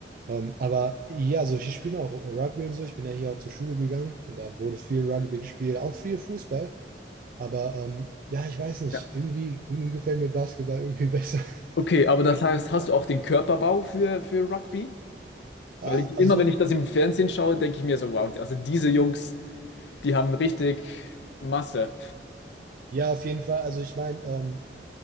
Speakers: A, on the right (about 50°); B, on the left (about 75°).
A: Ähm, aber ja, so ich spiele auch Rugby und so. Ich bin ja hier auch zur Schule gegangen und da wurde viel Rugby gespielt, auch viel Fußball. Aber ähm, ja, ich weiß nicht,
B: Ja.
A: irgendwie, irgendwie gefällt mir Basketball irgendwie besser. <laughs>
B: Okay, aber das heißt, hast du auch den Körperbau für, für Rugby?
A: Ah,
B: Weil ich
A: also
B: immer, wenn ich das im Fernsehen schaue, denke ich mir so, wow, also diese Jungs. Die haben richtig Masse.
A: ja, auf jeden Fall. Also ich meine, ähm,